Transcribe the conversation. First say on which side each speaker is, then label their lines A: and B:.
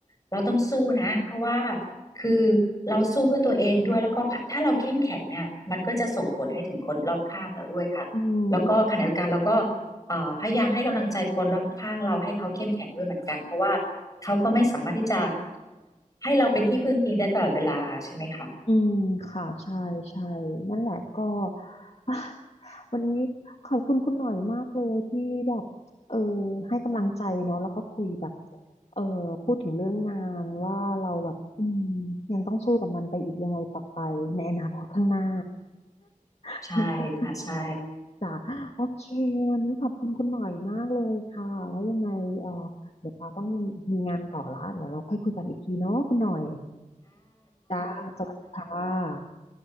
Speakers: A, on the left; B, on the left.
A: เราต้องสู้นะเพราะว่าคือเราสู้เพื่อตัวเองด้วยแล้วก็ถ้าเราเข้มแข็งเนี่ยมันก็จะส่งผลให้ถึงคนรอบข้างเราด้วยค่ะแล้วก็ขณะเดียวกันเราก็
B: อืม
A: เอ่อพยายามให้กำลังใจคนรอบข้างเราให้เขาเข้มแข็งด้วยเหมือนกันเพราะว่าเขาก็ไม่สามารถที่จะให้เราเป็นที่พึ่งพิงได้ตลอดเวลาใช่ไหมคะ
B: อืมค่ะใช่ใช่นั่นแหละก็ <laughs> อ่ะวันนี้ขอบคุณคุณหน่อยมากเลยที่แบบเออให้กำลังใจเนาะแล้วก็คุยแบบเออพูดถึงเรื่องงานว่าเราแบบอืมยังต้องสู้กับมันไปอีกยังไงต่อไปในอนาคตข้างหน้า <laughs>
A: ใช่ค่ะใช่
B: จ้ะโอเควันนี้ขอบคุณคุณหน่อยมากเลยค่ะแล้วยังไงเออเดี๋ยวเราต้องมีงานต่อละเดี๋ยวเราค่อยคุยกันอีกทีเนาะคุณหน่อยจ้าสวัสดีค่ะ